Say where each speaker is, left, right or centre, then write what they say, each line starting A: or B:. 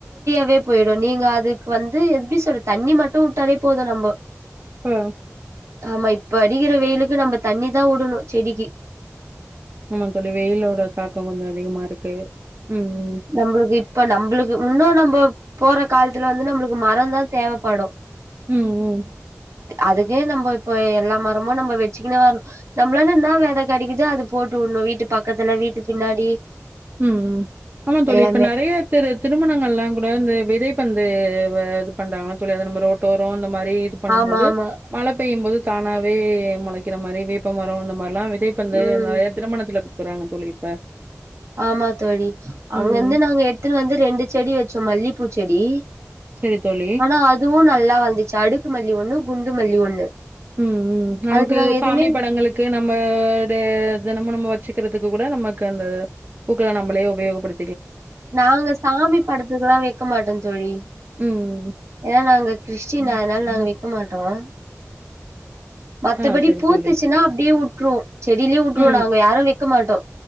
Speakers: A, on the right; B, on the right.
A: வே போயிடும் நீங்க அதுக் வந்து எப்டி சொல் தண்ணி மட்டும் வுட்டாலே போதும் நம்ப
B: ஆ
A: ஆமா இப்ப அடிகிற வெயிலுக்கு நம்ப தண்ணி தான் வுடணும் செடிக்கி.
B: ஆமா தோழி வெயிலோட தாக்கம் கொஞ்சொ அதிகமா இருக்கு. ம் ம்
A: நம்ளுக்கு இப்ப நம்ளுக்கு உன்னும் நம்ப போற காலத்ல வந்து நம்ளுக்கு மரதான் தேவபடும்.
B: ம் ம்
A: அதுக்கே நம்ப இப்ப எல்லா மரமும் நம்ப வச்க்கினே வர நம்பளால என்ன வெத கிடக்கிதோ அது போட்டு வுடனு ம் வீட்டு பக்கத்துல, வீட்டு பின்னாடி
B: ம் ஆமா தோழி
A: எல்லாமே
B: இப்ப நெறைய பேரு திருமணங்லாம் கூட இந்த விதை வந்து வ இது பண்றாங்கள சொல்லி நம்ம ரோட்டோரம் இந்த மாரி இது பண்ணும்
A: ஆமா
B: போது
A: ஆமா
B: மழ பெய்யும் போது தானாவே முளைக்கிற மாரி வேப்ப மரம் அந்த மாரிலாம் விதைப் பந்து
A: ம்
B: நெறய திருமணத்துல குக்குறாங்க தோழி இப்ப
A: ஆமா தோழி அங்கந்து
B: ம்
A: நாங்க எத்ட்டு வந்து ரெண்டு செடி வச்சோம் மல்லிப்பூ செடி.
B: சரி தோழி.
A: ஆனா அதுவு நல்லா வந்துச் அடுக் மல்லி ஒண்ணு குண்டு மல்லி ஒண்ணு.
B: ம் ம் நமக்கு
A: அதுக்கு நாங்க
B: சுவாமி
A: எதுமே
B: படங்களுக்கு நம்ப தெ தெனமும் நம்ப வச்சுக்கற துக்கு கூட நமக்கு அந்த பூக்கள நம்பளே உபயோகபடு
A: நாங்க சாமி படத்துகெலா வெக்க மாட்டோம் தோழி.
B: ம்.
A: ஏனா நாங்க கிறிஸ்டின் அதனால நாங்க வெக்க மாட்டோம். மத்தபடி
B: ஆ சரி
A: பூத்துச்சுன்னா
B: தோழி.
A: அப்டியே வுட்ருவோ செடிலேயே வுட்ருவோ
B: ம்
A: நாங்க யாரு வெக்க மாட்டோம்.